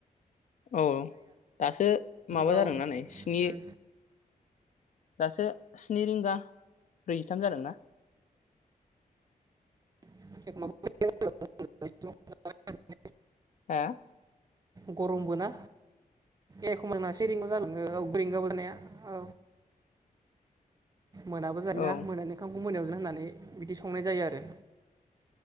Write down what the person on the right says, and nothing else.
औ
उम
<unintelligible>
गरमबो ना ए खमाबा से रिंगाबो जालाङो औ रिंगाबो जानाया औ मोनाबो जायोना
मोनानि ओंखामखौ मोनायाव ज होननानै बिदि संनाय जायो आरो